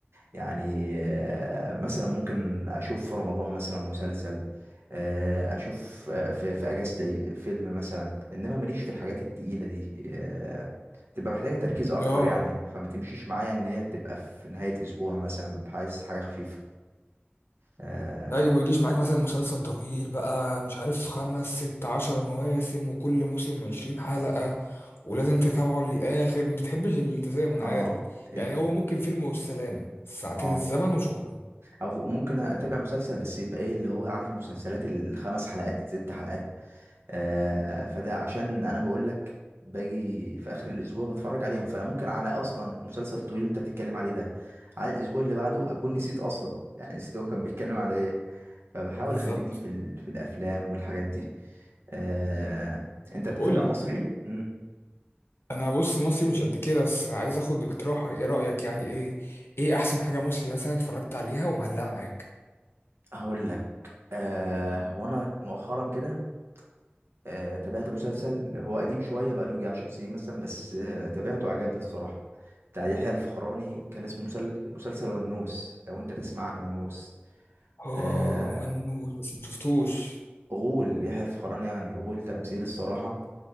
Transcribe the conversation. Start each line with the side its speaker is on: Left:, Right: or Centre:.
Right: يعني آه، مثلا ممكن اشوف في رمضان مثلا مسلسل آه، اشوف آه، في في اجازتي فيلم مثلا انما ماليش في الحاجات التقيله دي آه، تبقى محتاجه تركيز اكتر
Left: اه
Right: يعني فما تمشيش معايا ان هي تبقى في نهايه اسبوع مثلا ببقى عايز حاجه خفيفه اه
Left: ايوه ما يجيش معاك مثلا مسلسل طويل بقى مش عارف خمس ست عشر مواسم وكل موسم عشرين حلقة ولازم تتابعه للآخر ما بتحبش الالتزام انا
Right: اه
Left: عارف
Right: ال...
Left: يعني هو ممكن فيلم والسلام ساعتين
Right: اه
Left: الزمن وشكرا
Right: او ممكن اتابع مسلسل بس يبقى ايه اللي هو عارف المسلسلات الخمس حلقات ست حلقات آه فده عشان انا بقول لك باجي في اخر الاسبوع بتفرج عليهم فانا ممكن على اصلا المسلسل الطويل اللي انت بتتكلم عليه ده على الاسبوع اللي بعده اكون نسيت اصلا يعني نسيت هو كان بيتكلم على ايه فبحاول
Left: بالظبط
Right: اخليني في ال... في الافلام والحاجات دي آه انت
Left: طب
Right: بتتابع
Left: قول لي
Right: مصري امم
Left: انا بص مصري مش قد كده بس عايز اخد اقتراحك ايه رأيك يعني ايه ايه احسن حاجة مصري مثلا اتفرجت عليها ومعلقة معاك
Right: هقول لك آه وانا مؤخرا كده آه، تابعت مسلسل هو قديم شوية بقاله يجي عشر سنين مثلا بس آه، تابعته عجبني الصراحة بتاع يحيى الفخراني كان اسمه مسل... مسلسل ونوس لو انت تسمع عن ونوس
Left: اه
Right: آه،
Left: ونوت بس ما شفتوش
Right: غول يحيى الفخراني يعني غول تمثيل الصراحة